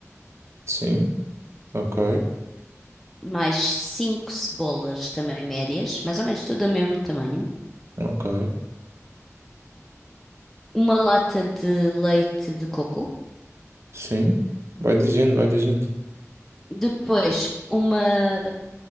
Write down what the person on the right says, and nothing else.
Sim, ok,
ok.
Sim, vai dizendo, vai dizendo.